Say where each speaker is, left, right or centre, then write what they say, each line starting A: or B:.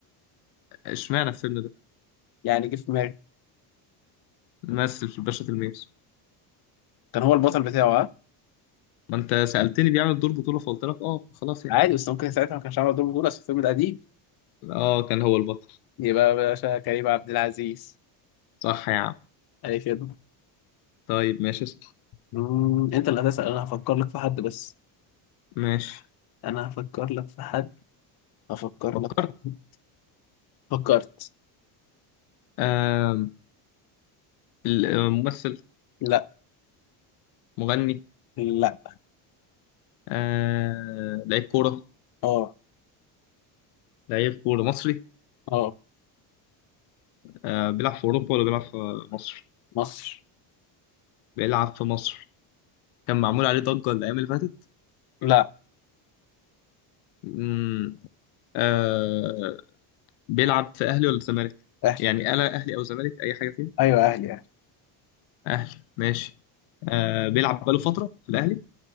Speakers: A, on the left; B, on the left.
A: اشمعنى الفيلم ده
B: يعني جه في دماغي
A: مثل في الباشا تلميذ
B: كان هو البطل بتاعه ها
A: ما انت سألتني بيعمل دور بطولة فقلت لك اه خلاص يعني
B: عادي بس ممكن ساعتها ما كانش عامل دور بطوله بس في الفيلم القديم
A: اه كان هو البطل
B: يبقى باشا كريم عبد العزيز
A: صح يا عم
B: اي خدمه
A: طيب ماشي اسأل
B: مم، انت اللي هتسال انا هفكر لك في حد بس
A: ماشي
B: انا هفكر لك في حد هفكر
A: فكرت
B: لك في حد فكرت
A: آم، الممثل
B: لا
A: مغني
B: لا
A: آه، لعيب كورة
B: اه
A: لعيب كورة مصري
B: اه
A: آه، بيلعب في أوروبا ولا بيلعب في مصر؟
B: مصر
A: بيلعب في مصر كان معمول عليه ضجة الأيام اللي فاتت
B: لا
A: مم، آه، بيلعب في أهلي ولا زمالك؟
B: اهلي
A: يعني ألا أهلي أو زمالك أي حاجة فيهم؟
B: ايوه اهلي اهلي
A: أهلي ماشي آه، بيلعب بقاله فترة في الأهلي